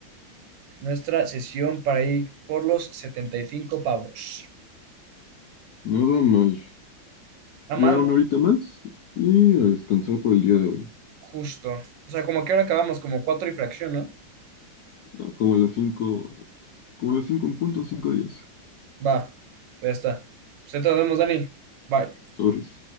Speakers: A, on the right (about 75°); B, on the left (about 75°).
A: nuestra sesión para ir por los 75 pavos.
B: nada mal.
A: Nada
B: Ya
A: más,
B: una horita más y a descansar por el día de hoy.
A: justo. O sea, como que ahora acabamos como cuatro y fracción, ¿no?
B: No, como a las cinco como a las 5 en punto, 5 días.
A: Va, pues ya está. Pues ahí te nos vemos, Dani. Bye.
B: Sobres.